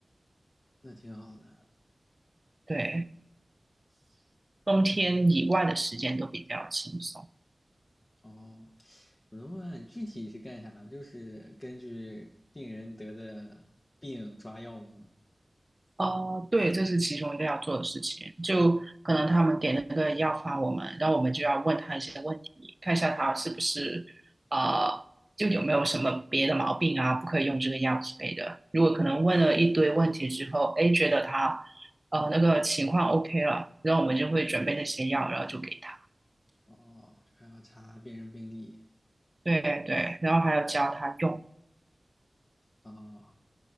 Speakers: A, on the left; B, on the right.
A: 那挺好的。
B: 对，冬天以外的时间都比较轻松。
A: 哦，我能问问你具体是干啥？就是根据病人得的病抓药吗？
B: 哦，对，这是其中一个要做的事情。就可能他们给那个药方我们，然后我们就要问他一些问题，看一下他是不是呃，就有没有什么别的毛病啊，不可以用这个药之类的。如果可能问了一堆问题之后，哎，觉得他呃那个情况 OK 了，然后我们就会准备那些药，然后就给他。
A: 哦，还要查病人病历。
B: 对对，然后还要教他用。
A: 哦，